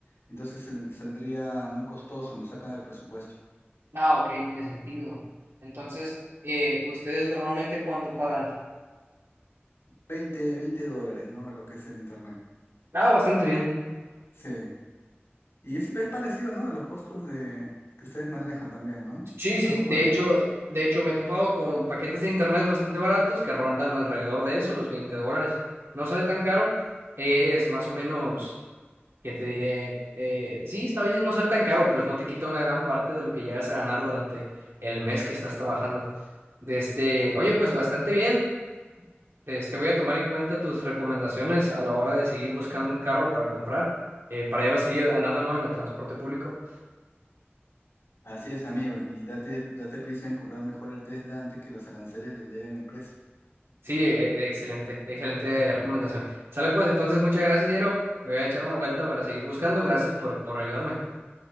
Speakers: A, on the left; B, on the right.
A: entonces sal- saldría muy costoso, me saca del presupuesto.
B: Ah, ok, tiene sentido. Entonces, eh, ¿ustedes normalmente cuánto pagan?
A: veinte veinte dólares, ¿no? De lo que es el internet.
B: Ah, bastante bien.
A: Sí. Y es, es parecido, ¿no? A los costos de, que ustedes manejan también, ¿no?
B: Sí, sí,
A: Algo por
B: de
A: ahí.
B: hecho, de hecho me he topado con paquetes de internet bastante baratos que rondan alrededor de eso, los 20 dólares. No sale tan caro, es más o menos... ¿Qué te diré? Eh, sí, está bien no ser tan caro, pues no te quita una gran parte de lo que llegas a ganar durante el mes que estás trabajando. Desde,
A: Ah,
B: oye, pues bastante bien. De Este, voy a tomar en cuenta tus recomendaciones a la hora de seguir buscando un carro para comprar, eh, para ya no seguir andando, ¿no? en el transporte público.
A: Así es, amigo, y date, date prisa en comprar mejor el Tesla antes que los aranceles le eleven el precio.
B: Sí, eh, eh, excelente, excelente recomendación. Sale pues entonces, muchas gracias, Yero. Me voy a echar una vuelta para seguir buscando. Gracias por, por ayudarme.